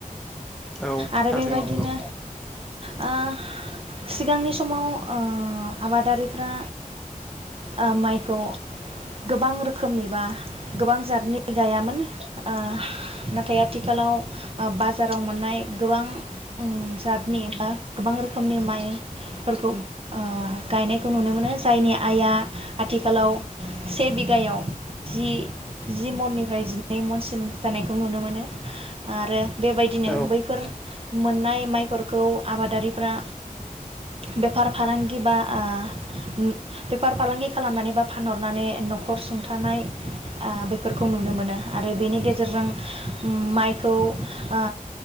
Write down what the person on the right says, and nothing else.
आरो
बेबायदिनो
ओ सिगांनि समाव ओ आबादारिफ्रा ओ माइखौ गोबां रोखोमनि बा गोबां जातनि गायामोन ओ नाथाय आथिखालाव बाजाराव मोननाय गोबां उम जातनि बा गोबां रोखोमनि माइ फोरखौ ओ गायनायखौ नुनो मोनो जायनि आयआ आथिखालाव से बिघायाव जि जि मननिफ्राय जिनै मनसिम जानायखौ नुनो मोनो आरो बेबायदिनो
बैफोर मोननाय माइफोरखौ आबादारिफ्रा बेफार फालांगि बा ओ उम बेफार फालांगि खालामनानै बा फानहरनानै न'खर सुंथानाय ओ बेफोरखौ नुनो मोनो आरो बेनि गेजेरजों उम माइखौ ओ